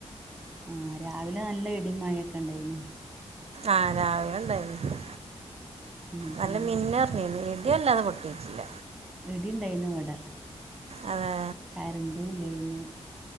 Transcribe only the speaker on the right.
ആ രാവിലെ ഉണ്ടായിരുന്നു
നല്ല
മിന്നറിഞ്ഞന്ന് ഇതല്ലാതെ പൊട്ടിയിട്ടില്ല
അതെ